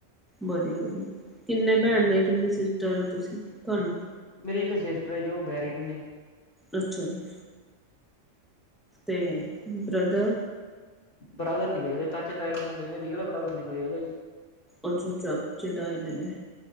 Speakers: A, in the centre; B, on the left.
A: ਬਧੀਆ ਵਧੀਆ ਕਿੰਨੇ
B: ਹਮ
A: ਭੈਣ ਨੇ ਕਿੰਨੇ ਸਿਸਟਰ ਤੁਸੀਂ, ਤੁਹਾਨੂੰ।
B: ਮੇਰੀ ਇੱਕ ਸਿਸਟਰ ਆ ਜੀ ਉਹ ਮੈਰੀਡ ਨੇਂ।
A: ਅੱਛਾ ਜੀ। ਤੇ ਬ੍ਰਦਰ।
B: ਬ੍ਰਦਰ ਨੀਂ ਕੋਈ ਹੈਗਾ ਜੀ, ਤਾਚੇ ਤਾਏ ਦੇ ਮੁੰਡੇ ਨੇ ਰੀਅਲ ਬ੍ਰਦਰ ਨੀਂ ਕੋ ਹੈਗਾ ਜੀ।
A: ਅੱਛਾ-ਅੱਛਾ, ਚਾਚੇ ਤਾਏ ਦੇ ਨੇਂ।